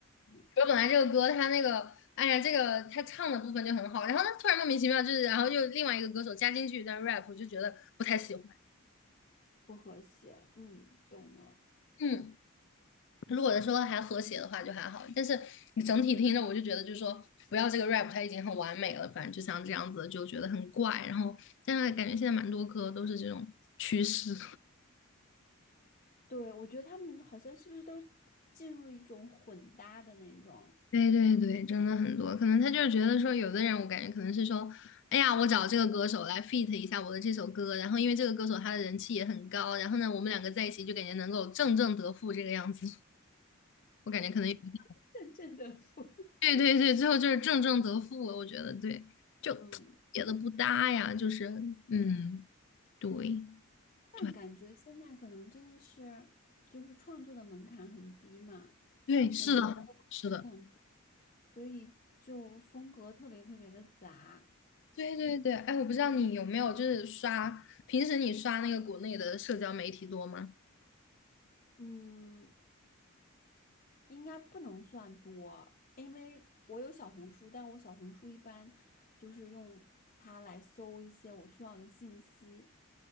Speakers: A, on the left; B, on the left.
A: <laughs> 嗯，
B: 我本来这个歌，他那个，哎呀，这个他唱的部分就很好，然后呢，突然莫名其妙就是，然后又另外一个歌手加进去一段 rap，我就觉得不太喜欢。
A: 不和谐，嗯，懂了。
B: 嗯，如果说还和谐的话就还好，但是你整体听着，我就觉得就是说，不要这个 rap，它已经很完美了，反正就像这样子，就觉得很怪。然后现在感觉现在蛮多歌都是这种趋势。
A: 对，我觉得他们好像是不是都进入一种混搭的那种
B: 对对对，真的很多，可能他就是觉得说，有的人我感觉可能是说，哎呀，我找这个歌手来 feat 一下我的这首歌，然后因为这个歌手他的人气也很高，然后呢，我们两个在一起就感觉能够正正得负这个样子，<laughs> 我感觉可能有一点
A: <laughs> 阵阵的风，
B: 对对对，最后就是正正得负了，我觉得对，就特别的不搭呀，
A: 嗯。
B: 就是嗯，对，
A: 但感觉现在可能真的是，
B: 就
A: 就是创作的门槛很低嘛，
B: 对，是的，
A: 每个人都可以创作
B: 是的，
A: 所以就风格特别特别的杂。
B: 对对对，哎，我不知道你有没有就是刷，平时你刷那个国内的社交媒体多吗？
A: 嗯，应该不能算多，因为我有小红书，但我小红书一般就是用它来搜一些我需要的信息。